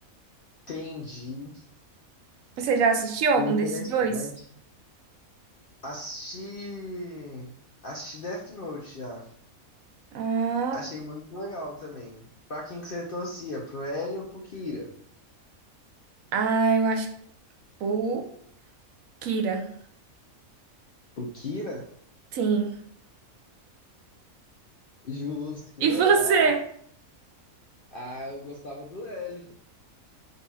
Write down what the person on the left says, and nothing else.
entendi.
Interessante.
Assisti. Assisti Death Note já.
Achei muito legal também. Pra quem que você torcia? Pro L ou pro Kira?
Pro Kira?
Justo, que
legal.
Ah, eu gostava do L.